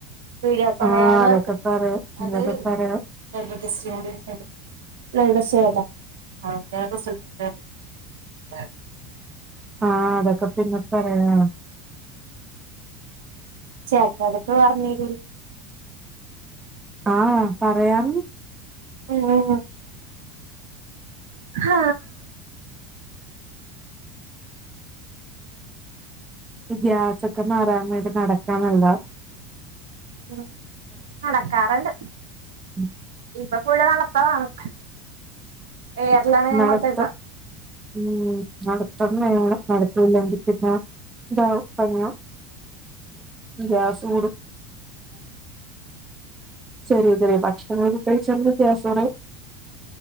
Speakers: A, on the right; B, on the right.
A: വീടിയോ കോളെയ്യാന്നോർത്ത്
B: ആഹ് അതൊക്കെ പറയാം
A: അത്
B: ഇതൊക്കെ പറയാം
A: <unintelligible> <unintelligible>
B: ആഹ് അതൊക്കെ പിന്നെ പറയാം
A: ചേട്ടൻ്റടുത്ത് പറഞ്ഞേരു
B: ആഹ് പറയാൻ
A: ഉ ഉ ഉ ഹാ
B: ഇ ഗ്യാസക്കെ മാറാൻ വേണ്ടി നട <unintelligible>
A: ഉ നടക്കാറ്ണ്ട്
B: ഉം.
A: ഇപ്പൊ ഫുള്ള് നട ത്തൊവാണ് ഏരലാണ് ഞാൻ
B: നടത്തം
A: മൊത്തയിപ്പ
B: ഉം നടത്തന്നാണ് നടത്തൊ ഇല്ലെങ്കി പിന്ന ഇതാവും പണിയാ ഗ്യാസൂട ശെരി ശെരി ഭക്ഷണം